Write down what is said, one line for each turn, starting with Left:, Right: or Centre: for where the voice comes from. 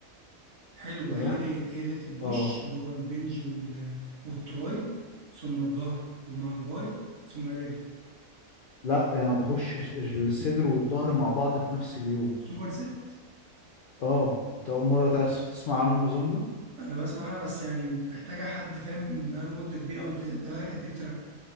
Right: حلو
Left: تمام
Right: هي ديت هي ديت البوش
Left: اه
Right: اللي هو البنج وال... والتراي ثم الظهر ومع الباي ثم الرجل
Left: لا يعني انا بخش الصدر والظهر مع بعض في نفس اليوم
Right: سوبر ست
Left: اه انت اول مره تأسف تسمع عنه النظام ده
Right: انا بسمع انا بس يعني محتاجه حد فاهم بقاله مده كبيره او انت انت بقالك قد ايه بتلعب